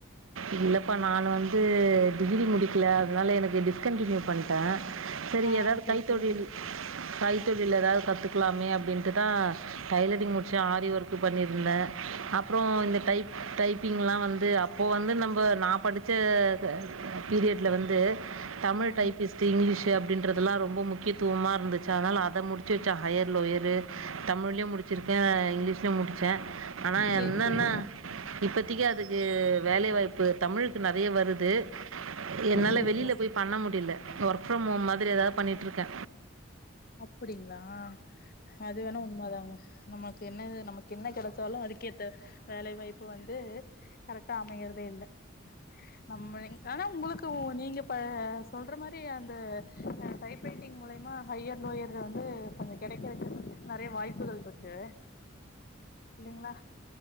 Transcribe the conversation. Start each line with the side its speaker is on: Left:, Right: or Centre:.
Right: இல்லப்பா நானு வந்து டிகிரி முடிக்கல அதனால எனக்கு டிஸ்கன்ட்டினியூ பண்ட்டே சரி
Left: ஆ
Right: ஏதாது
Left: ஆ சேரி
Right: கைத்தொழில்
Left: சேரிங்க
Right: கைத்தொழில் ஏதா கத்துக்கலாமே அப்டின்ட்டுதா டைலரிங் முட்ச்சே ஆரி ஒர்க்கு பண்ணிருந்தே அப்றோ இந்த டைப் டைப்பிங்லா வந்து அப்போ வந்து ம்போ நா படிச்ச அ பீரியட்ல வந்து தமிழ்
Left: ம்
Right: டைப்பிஸ்ட்டு இங்கிலீஷூ ப்டின்றதுலா ரொம்ப முக்கியத்துவமா இருந்துச்சு அதனால அத முடிச்சு வச்சே ஹையரு லோயரு தமிழ்ல முடிச் சுருக்கே இங்கிலீஷ் லயு முடிச்சே ஆனா
Left: சேரி
Right: என்னன்னா
Left: சேரி
Right: இப்பத்தக்கி அதுக்கு வேலை வாய்ப் பு தமிழுக்கு நெறைய வருது என்னால
Left: சேரிங்க
Right: வெளில போய் பண்ண முடில ஒர்க் ஃப்ரம் ஹோம் மாதிரி ஏதாது பண்ணிட்ருக்கே
Left: அப்டிங்ளா அது வேணா உண்ம தாங்க நமக்கு என்னது நமக்கு என்ன கெடைச்சாலு அதுக்கேத்த வேலை வாய்ப்பு வந்து கரெக்ட்டா அமையிறதே இல்ல நம்மலேங் ஆனா உங்களுக்கு நீங்க ப சொல்ற மாரி அந்த டைப்ரைட்டிங் மூலியமா ஹையர் லோயர்ல வந்து கொஞ்சோ கெடைக்கறக்கு நெறைய வாய்ப்புகள் இருக்கு இல்லைங்ளா